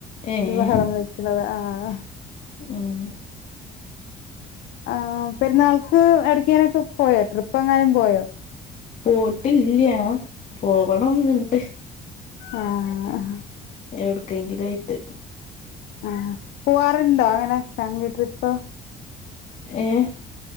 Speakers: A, on the left; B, on the left.
A: ഏഹ്
B: ല് ബഹളം വെക്ണതാ ആഹ് ആഹ്
A: ഉം
B: ആഹ് പെരുന്നാൾക്ക് എടക്കിങ്നൊക്കെ പോയോ ട്രിപ്പ് എങ്ങാനും പോയോ
A: പോട്ടില്ല്യാ പോവണം ന്ന്ണ്ട്
B: ആഹ്
A: എവിട്ക്കെങ്കിലായിട്ട്
B: ആഹ് പോവാറുണ്ടോ അങ്ങനെ ഫാമിലി ട്രിപ്പ്‌
A: ഏഹ്